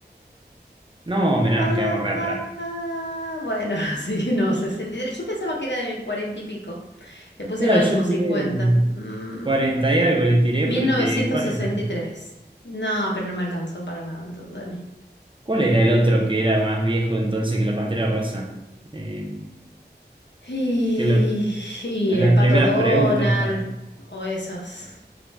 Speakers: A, on the right; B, on the left.
A: No, mirá,
B: Ah,
A: nos quedamos re atrás.
B: ah, ah. Bueno, <laughs> sí, no, 63. Yo pensaba que era del 40 y pico. Le puse
A: Claro,
B: igual
A: yo
B: como 50.
A: tiré
B: Mm,
A: 40 y algo le tiré
B: mil
A: porque
B: novecientos
A: ¿cuál
B: sesenta
A: era?
B: y tres. No, pero no me alcanzó para nada entonces a mí.
A: ¿Cuál era el otro que era más viejo entonces que la Pantera Rosa? Eh,
B: Y,
A: que lo,
B: y
A: en
B: el
A: las
B: pato
A: primeras
B: Donald,
A: preguntas estaba.
B: o esos,